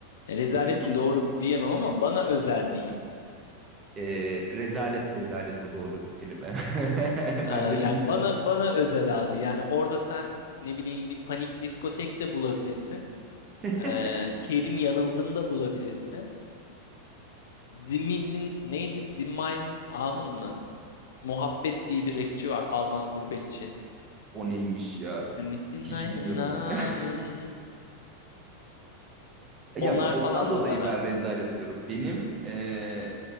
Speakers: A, on the left (about 60°); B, on the right (about 25°).
A: E, rezalet
B: YouTube
A: mi doğru mu diyemem ama bana özel diyeyim.
B: e, rezalet, rezalet o doğru kelime. <laughs>
A: Ee,
B: Ben de
A: yani
B: biliyorum.
A: bana bana özel abi. Yani orada sen ne bileyim bir panik diskotek de bulabilirsin.
B: <laughs>
A: Ee, Kerim Yanıldım da bulabilirsin. Zimin'in neydi? Zimmein'in Amın mı? Muhabbet diye bir rapçi var. Alman gurbetçi.
B: O neymiş ya?
A: Zimin'in
B: Hiç bilmiyorum.
A: Amın.
B: onu. <laughs> Ya
A: Onlar
B: ben- ondan
A: falan
B: dolayı
A: da var abi.
B: ben rezalet diyorum. Benim e,